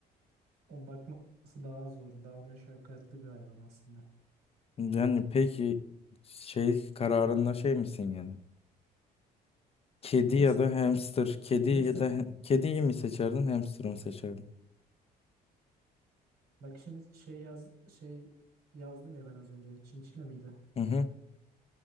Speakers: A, on the right (about 65°); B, on the left (about 35°).
A: o bakması daha zor, daha meşakkatli bir hayvan aslında.
B: Yani peki şey kararında şey misin yani? Kedi
A: Hamster
B: ya da
A: mı?
B: hamster. Kedi
A: Hamster
B: ya da kediyi mi seçerdin, hamster'ı mı seçerdin?
A: bak şimdi şey yaz şey yazdım ya ben az önce. Çinçile miydi?
B: Hı hı.